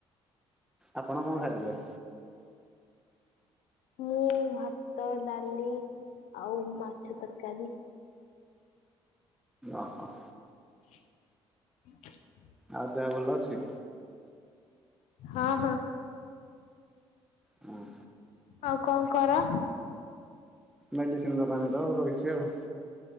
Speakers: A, in the centre; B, on the left (about 75°).
A: ଆପଣ କଣ ଖାଇଥିଲେ?
B: ମୁଁ ଭାତ ଡାଲି ଆଉ ମାଛ ତରକାରୀ।
A: ଓହୋ।
B: <inaudible>
A: ଆଉ ଦେହ ଭଲ ଅଛି।
B: ହଁ ହଁ।
A: ହୁଁ।
B: ଆଉ କଣ କର?
A: ମେଡିସିନ ଦୋକାନ ତ ଆଉ ରହିଛି ଆଉ।